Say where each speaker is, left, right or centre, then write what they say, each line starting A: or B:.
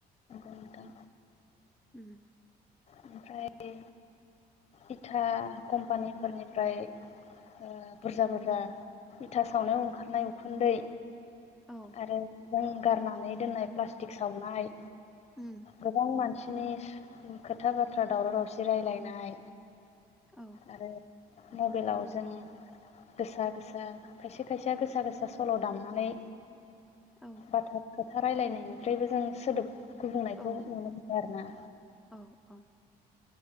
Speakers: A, on the left; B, in the centre.
A: नंगौ नोंथां
B: उम।
A: ओमफ्राय इथा कम्पानिफोरनिफ्राय ओ बुरजा बुरजा इथा सावनायाव ओंखारनाय उखुन्दै
B: औ
A: आरो जों गारनानै दोननाय प्लास्टिक सावनाय
B: उम
A: गोबां मानसिनि ओंखो खोथा बाथ्रा दावराव दावसि रायलायनाय
B: औ
A: आरो मबेलाव स जों गोसा गोसा खायसे खायसेया गोसा गोसा सल' दामनानै
B: औ
A: बाथ खोथा रायलायनायनिफ्रायबो जों सोदोब गुबुंनायखौ
B: औ
A: नुनो मोनो। फाय आरोना
B: औ औ